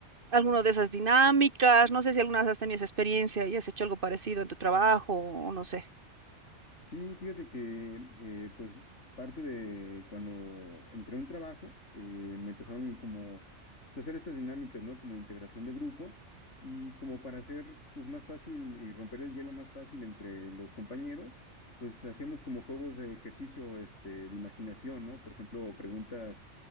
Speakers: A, on the right; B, on the left.
A: alguna de esas dinámicas, no sé si alguna vez has tenido esa experiencia y has hecho algo parecido en tu trabajo o no sé.
B: Sí, fíjate que eh, pues parte de cuando entré a un trabajo, eh, me empezaron como pues, a hacer estas dinámicas, ¿no? Como de integración de grupo y como para hacer pues más fácil y romper el hielo más fácil entre los compañeros, pues hacíamos como juegos de ejercicio este, de imaginación, ¿no? Por ejemplo, preguntas